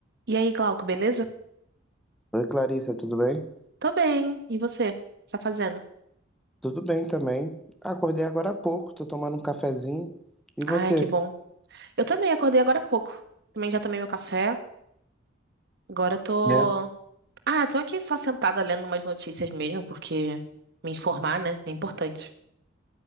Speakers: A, on the right; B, in the centre.
A: E aí, Glauco, beleza?
B: Oi, Clarissa, tudo bem?
A: Tô bem. E você? O que você tá fazendo?
B: Tudo bem também. Acordei agora há pouco, tô tomando um cafezinho. E você?
A: Ai, que bom. Eu também acordei agora há pouco. Também já tomei meu café. Agora tô.
B: É.
A: Ah, tô aqui só sentada lendo umas notícias mesmo, porque me informar, né, é importante.